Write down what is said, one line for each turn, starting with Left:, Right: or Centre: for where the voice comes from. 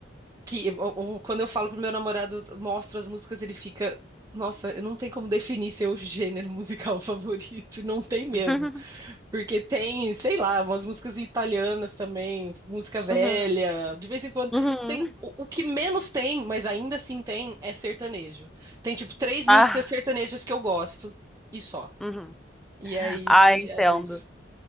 Right: que, o- o- quando eu falo pro meu namorado, eu mostro as músicas, ele fica, nossa, eu não tem como definir seu gênero musical <laughs> favorito, não tem mesmo.
Centre: <laughs>
Right: Porque tem, sei lá, umas músicas italianas também, música velha,
Centre: Uhum.
Right: de vez em quando.
Centre: Uhum.
Right: Tem, o, o que menos tem, mas ainda assim tem, é sertanejo. Tem, tipo, três
Centre: Ah,
Right: músicas sertanejas que eu gosto, e só.
Centre: uhum.
Right: E aí
Centre: Ah, entendo.
Right: é isso.